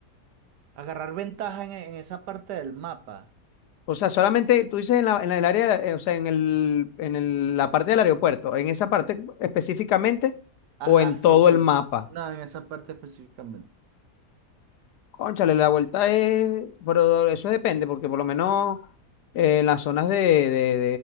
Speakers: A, on the right; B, on the left.
A: agarrar ventaja en, en esa parte del mapa.
B: O sea, solamente tú dices en la, en el área, eh, o sea, en el, en el- la parte del aeropuerto, en esa parte específicamente
A: Ajá,
B: o en todo
A: sí, sí.
B: el mapa.
A: No, en esa parte específicamente.
B: Cónchale, la vuelta es, pero eso depende, porque por lo menos eh, en las zonas de, de,